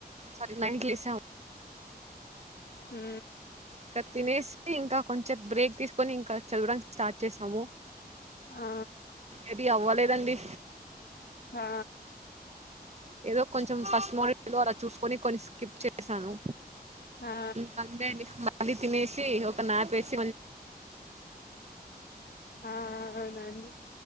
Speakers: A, on the right; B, on the left.
A: సారీ నైన్ కి లేసి
B: హూ
A: ఇక తినేసి ఇంకా కొంచెం బ్రేక్ తీసుకొని ఇంకా చదవడానికి స్టార్ట్ చేసాము
B: ఆ
A: ఏది అవ్వలేదండి
B: ఆ
A: ఏదో కొంచెం ఫస్ట్ మోడల్ ద్వారా చూసుకొని కొన్ని స్కిప్ చేశాను
B: ఆ
A: సండే అండి మళ్లీ తినేసి ఓ నా పేసిసి
B: ఆ అవునండి